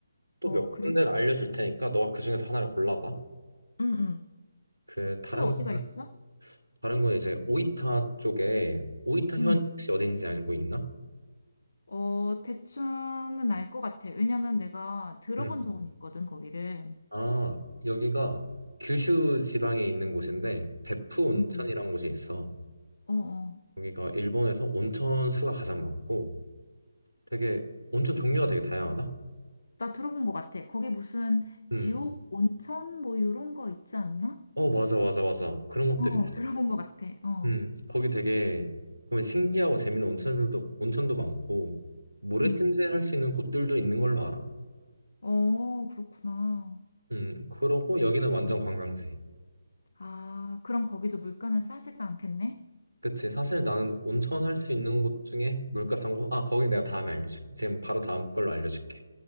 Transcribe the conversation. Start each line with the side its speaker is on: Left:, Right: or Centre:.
Right: 또
Left: 어,
Right: 몇
Left: 그래?
Right: 군데를 알려줄 테니까 너가 그 중에서 하나를 골라봐.
Left: 응, 응.
Right: 그 다른
Left: 또 어디가
Right: 거
Left: 있어?
Right: 다른 건 이제 오이타 쪽에 오이타 현
Left: 응.
Right: 혹시 어딘지 알고 있나?
Left: 어, 대충은 알 것 같아. 왜냐면 내가 들어본
Right: 음.
Left: 적은 있거든, 거기를.
Right: 아 여기가 규슈 지방에 있는 곳인데 베푸 온천이라는
Left: 응.
Right: 곳이 있어.
Left: 어, 어.
Right: 여기가 일본에서 온천 수가 가장 많고 되게 온천 종류가 되게 다양하다.
Left: 나 들어본 것 같아. 거기 무슨 지옥
Right: 음.
Left: 온천 뭐 이런 거 있지 않나?
Right: 어 맞아 맞아 맞아 그런 것들이
Left: 어,
Right: 있어.
Left: 들어본 것 같아. 어.
Right: 음 거기 되게 그러면 신기하고 재밌는 온천들도 온천도 많고 모래
Left: 음.
Right: 침실 할 수 있는 곳들도 있는 걸로 알아.
Left: 어, 그렇구나.
Right: 음, 그러고 여기는 완전 관광지.
Left: 아, 그럼 거기도 물가는 싸지가 않겠네?
Right: 그치. 사실 나는 온천 할 수 있는 곳 중에 물가 싼 곳, 아, 거기 내가 다음에 알려줄게. 지금 바로 다음 걸로 알려줄게.